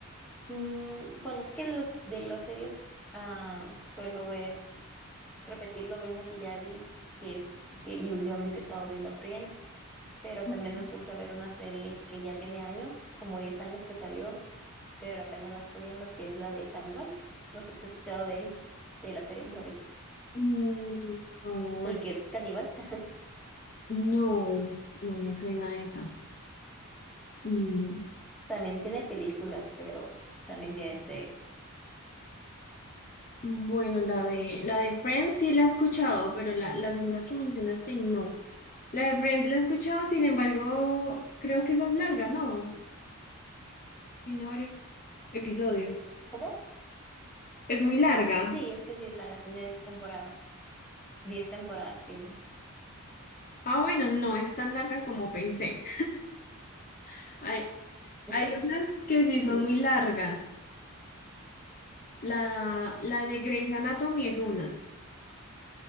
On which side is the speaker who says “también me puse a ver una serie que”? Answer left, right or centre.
Centre